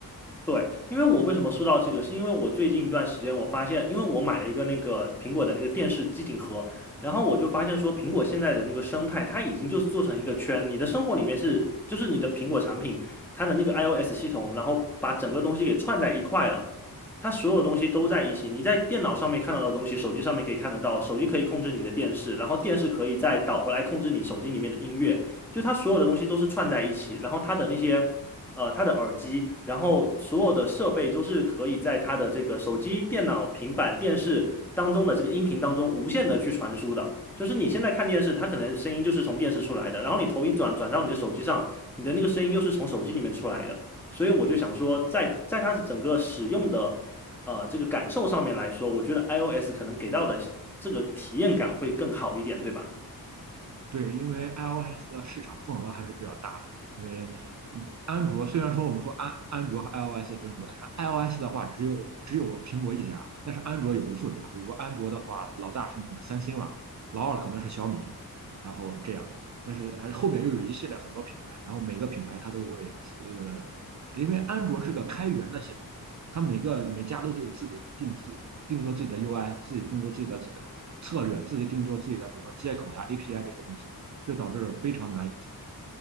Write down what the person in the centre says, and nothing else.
对，因为我为什么说到这个，是因为我最近一段时间我发现，因为我买了一个那个苹果的那个电视机顶盒，然后我就发现说，苹果现在的那个生态，它已经就是做成一个圈，你的生活里面是，就是你的苹果产品，它的那个 iOS 系统，然后把整个东西给串在一块了，它所有东西都在一起，你在电脑上面看到的东西，手机上面可以看得到，手机可以控制你的电视，然后电视可以再导回来控制你手机里面的音乐，就它所有的东西都是串在一起，然后它的那些。呃它的耳机，然后所有的设备都是可以在它的这个手机、电脑、平板、电视当中的这个音频当中无限的去传输的。就是你现在看电视，它可能声音就是从电视出来的，然后你头一转转到你的手机上，你的那个声音又是从手机里面出来的。所以我就想说在，在它整个使用的呃这个感受上面来说，我觉得 iOS 可能给到的这个体验感会更好一点，对吧？